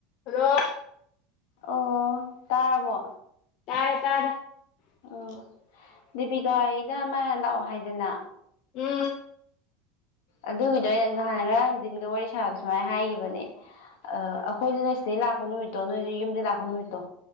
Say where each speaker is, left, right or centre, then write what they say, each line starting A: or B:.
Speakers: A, on the left; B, on the left.
A: Hello
B: ꯑꯣ ꯇꯥꯔꯕꯣ
A: ꯇꯥꯔꯦ ꯇꯥꯔꯦ
B: ꯑꯣ ꯗꯦꯕꯤꯀꯥꯒꯤꯗ ꯃꯥꯅ ꯂꯥꯛꯑꯣ ꯍꯥꯏꯗꯅ
A: ꯎꯝ
B: ꯑꯗꯨꯒꯤꯗꯣ ꯑꯩꯅ ꯅꯍꯥꯟ ꯉꯔꯥꯡꯗꯤꯟꯒ ꯋꯥꯔꯤ ꯁꯥꯕ ꯁꯨꯃꯥꯏꯅ ꯍꯥꯏꯈꯤꯕꯅꯦ ꯑ ꯑꯩꯈꯣꯏꯗꯨꯅ ꯁꯤꯗꯩ ꯂꯥꯛꯄ ꯅꯨꯃꯤꯠꯇꯣ ꯅꯣꯏꯗ ꯌꯨꯝꯗꯩ ꯂꯥꯛꯄ ꯅꯨꯃꯤꯠꯇꯣ